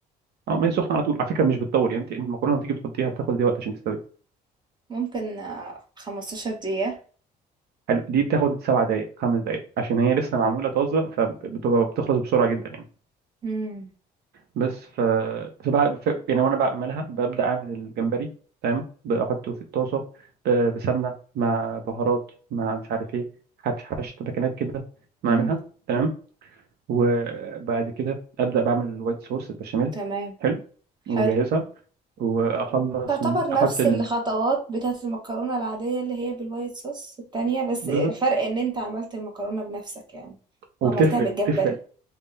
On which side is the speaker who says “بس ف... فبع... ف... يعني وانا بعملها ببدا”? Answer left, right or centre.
Right